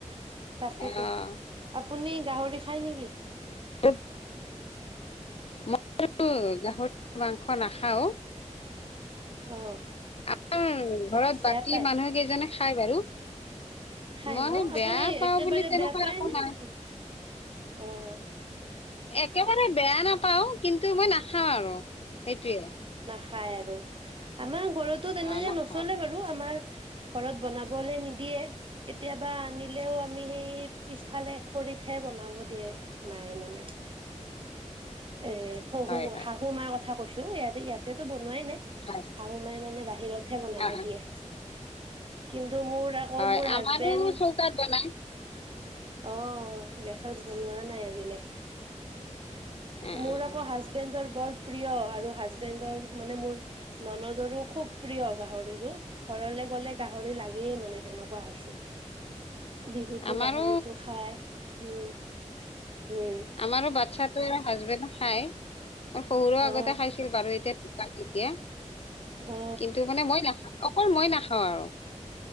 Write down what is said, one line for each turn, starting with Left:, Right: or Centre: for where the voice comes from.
Right: তাকেতো
Left: আহ
Right: আব আপুনি গাহৰি খায় নেকি?
Left: <unintelligible> <unintelligible> গাহৰি মাংস নাখাও
Right: অ
Left: আমাৰ ঘৰত
Right: বেয়া
Left: বাকী
Right: পায়
Left: মানুহ কেইজনে খাই বাৰু।
Right: খাই
Left: মই
Right: ন
Left: বেয়া
Right: আপুনি
Left: পাও
Right: একেবাৰে
Left: বুলি তেনেকুৱা
Right: বেয়া পায়
Left: একো
Right: নে
Left: নাই
Right: নেকি অ'। <unintelligible>
Left: একেবাৰে বেয়া নাপাও কিন্তু মই না হা আৰু সেইটোৱে।
Right: খায় আৰু আমাৰ ঘৰতো তেনেকে
Left: অ নাখাও
Right: নচলে বাৰু আমাৰ। ঘৰত বনাবলে নিদিয়ে কেতিয়াবা আনি লেও আমি সেই পিছফালে ফালে খৰিতহে বনাব দিয়ে। মায়ে মানে এ, শহু
Left: হয় হয় হয়
Right: তোমাৰ কথা কৈছো ইয়াতে ইয়াতে তো বনোৱাই নাই।
Left: হয়
Right: শাহুমাই মানে বাহিৰত হে বনাব
Left: অ অ,
Right: দিয়ে। কিন্তু টো মোৰ আকৌ
Left: হয়
Right: মোৰ হাজবেণ্ড
Left: আমাৰো চৌকাত বনাই
Right: অ, ' গেছত বনোৱা নাই আজিলে
Left: অ
Right: মোৰ
Left: অ
Right: আকৌ
Left: অ।
Right: হাজবেণ্ডৰ বৰ প্ৰিয় আৰু হাজবেণ্ডৰ মানে মোৰ ননদৰো খুব প্ৰিয় গাহৰি ঘৰলে গ'লে গাহৰি লাগেই মানে তেনেকুৱা হৈছে। বিহুতো
Left: আমাৰো
Right: গাহৰিতো খাই উম। উম
Left: আমাৰো বাচ্ছাটো হাজবেণ্ডও খায়। শহুৰো আগতে
Right: অ
Left: খাইছিল বাৰু এতিয়া <unintelligible>
Right: অ
Left: কিন্তু মানে মই নাখাও। অকল মই নাখাওঁ আৰু।